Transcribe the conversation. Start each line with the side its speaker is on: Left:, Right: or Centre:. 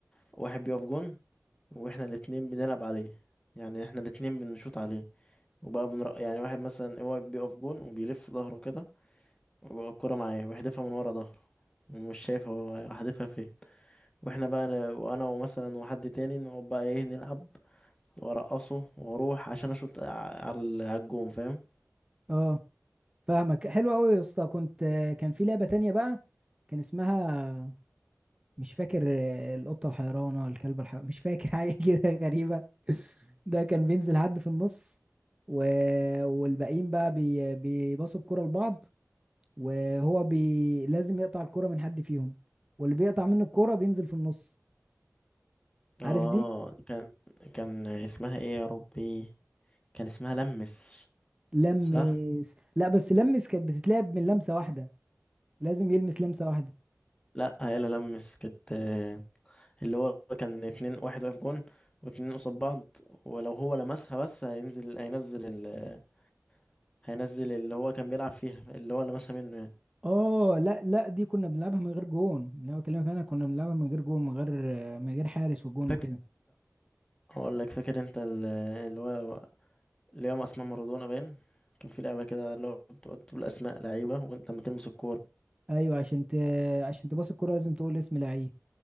Left: واحد بيقف جون واحنا الاتنين بنلعب عليه يعني احنا الاتنين بنشوط عليه وبقى بنرق يعني واحد مثلا هو بيقف جون وبيلف ظهره كده وبقى الكرة معاه ويحدفها من ورا ظهره ومش شايف هو هدفها فين واحنا بقى ن- وانا ومثلا وحد تاني نقعد بقى ايه نلعب وارقصه واروح عشان اشوط ع- على على الجون فاهم
Right: اه فاهمك حلو قوي يا اسطى كنت آه، كان في لعبة تانية بقى كان اسمها مش فاكر آه، القطة الحيرانة الكلب الحيرانة مش فاكر حاجة <laughs> كده غريبة ده كان بينزل حد في النص و... والباقيين بقى بي... بيباصوا الكرة لبعض وهو بي... لازم يقطع الكرة من حد فيهم واللي بيقطع منه الكرة بينزل في النص
Left: اه
Right: عارف دي
Left: كان كان اسمها ايه يا ربي كان اسمها لمس
Right: لمس
Left: صح
Right: لا بس لمس كانت بتتلعب من لمسة واحدة لازم يلمس لمسة واحدة
Left: لا هيلا لمس كانت آه، اللي هو كان اتنين واحد واقف جون واتنين قصاد بعض ولو هو لمسها بس هينزل هينزل ال... هينزل اللي هو كان بيلعب فيها اللي هو لمسها منه يعني
Right: اه لا لا دي كنا بنلعبها من غير جون اللي انا بكلمك انا كنا بنلعبها من غير جون من غير من غير حارس وجون
Left: فاكر
Right: وكده
Left: اقول لك فاكر انت ال- اللي هو اللي هو اسمها مارادونا باين كان في لعبة كده اللي هو بتقعد تقول اسماء لعيبة وانت لما تلمس الكورة
Right: ايوه عشان ت... عشان تباص الكرة لازم تقول اسم لعيب